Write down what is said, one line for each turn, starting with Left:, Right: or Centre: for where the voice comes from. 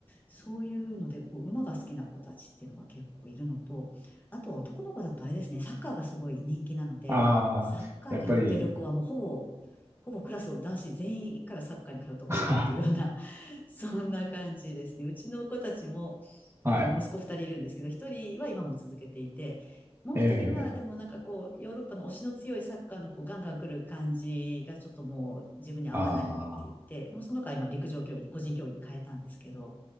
Left: そういうので、こう馬が好きな子たちっていうのが結構いるのと、あとは男の子だとあれですね、サッカーがすごい人気なので、
Right: ああ、
Left: サッカー通ってる子はもうほぼ、
Right: やっぱり、
Left: ほぼクラスを男子全員一回はサッカーに通ったことあるっていうような、
Right: <laughs> あ
Left: <laughs> そんな感じですね。うちの子たちも、
Right: はい、
Left: えっと、息子二人いるんですけど、一人は今も続けていて、もう一人は、
Right: ええ、
Left: でもなんかこう、ヨーロッパの推しの強いサッカーのこうガンガン来る感じがちょっともう自分に合わないって言って、
Right: あ
Left: もうその子は今陸上競技に、個人競技に変えたんですけど、